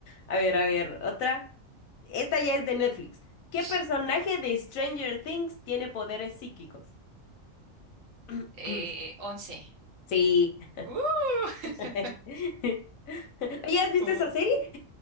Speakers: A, on the left; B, on the right.
A: A ver, a ver, otra. Esta ya es de Netflix. ¿Qué
B: <laughs>
A: personaje de Stranger Things tiene poderes psíquicos? <clears throat>
B: Eh, once.
A: Sí.
B: ¡Uh! <laughs>
A: <laughs> ¿Ya has visto
B: Oh.
A: esa serie?